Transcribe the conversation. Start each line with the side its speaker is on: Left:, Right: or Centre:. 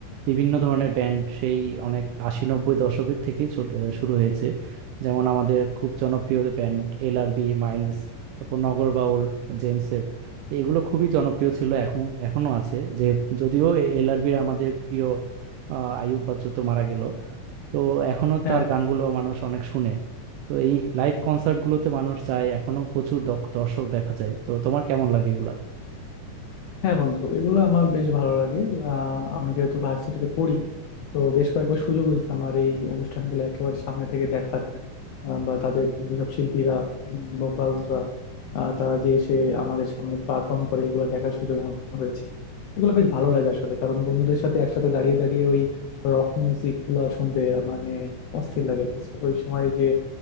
Right: বিভিন্ন ধরনের ব্যান্ড সেই অনেক আশি নব্বই দশকের থেকেই চল- আহ, শুরু হয়েছে যেমন আমাদের খুব জনপ্রিয় ব্যান্ড এলআরবি মাইলস তারপর নগরবাউল জেমসের তো এগুলো খুবই জনপ্রিয় ছিল এখন এখনো আছে যে যদিও এলআরবির আমাদের প্রিয় আহ, আইয়ুব বাচ্চু তো মারা গেল তো এখনো
Left: হ্যাঁ
Right: তার গানগুলো মানুষ অনেক শুনে তো এই লাইভ কনসার্ট গুলোতে মানুষ যায় এখনো প্রচুর দক- দর্শক দেখা যায় তো তোমার কেমন লাগে এগুলা
Left: হ্যাঁ বন্ধু এগুলো আমার বেশ ভালো লাগে আহ, আমি যেহেতু ভার্সিটিতে পড়ি তো বেশ কয়েকবার সুযোগ হয়েছে আমার এই অনুষ্ঠানগুলো একেবারে সামনে থেকে দেখার আহ, বা তাদের যেসব শিল্পীরা ভোকালসরা তারা যে এসে আমাদের সামনে পারফর্ম করে এগুলো দেখার সুযোগ আমার হয়েছে এগুলো বেশ ভালো লাগে আসলে কারণ বন্ধুদের সাথে একসাথে দাঁড়িয়ে দাঁড়িয়ে ওই রক মিউজিক গুলা শুনতে আহ, মানে অস্থির লাগে জাস্ট ওই সময় যে